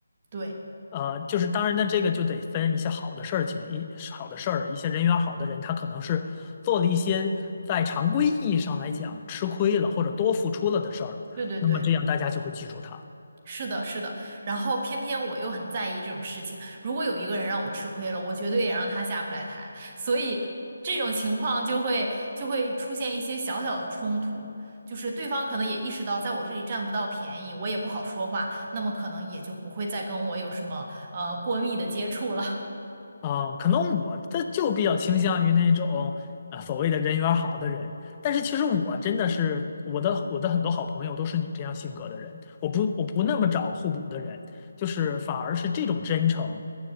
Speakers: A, on the right; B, on the left.
A: 对，
B: 呃，就是当然呢，这个就得分一些好的事情，一好的事儿，一些人缘儿好的人，他可能是做了一些在常规意义上来讲吃亏了或者多付出了的事儿，
A: 对对对。
B: 那么这样大家就会记住他。
A: 是的，是的，然后偏偏我又很在意这种事情。如果有一个人让我吃亏了，我绝对也让他下不来台。所以这种情况就会就会出现一些小小的冲突，就是对方可能也意识到在我这里占不到便宜，我也不好说话，那么可能也就不会再跟我有什么呃过密的接触了。<laughs>
B: 啊，可能我这就比较倾向于那种啊所谓的人缘儿好的人，但是其实我真的是我的我的很多好朋友都是你这样性格的人，我不我不那么找互补的人，就是反而是这种真诚，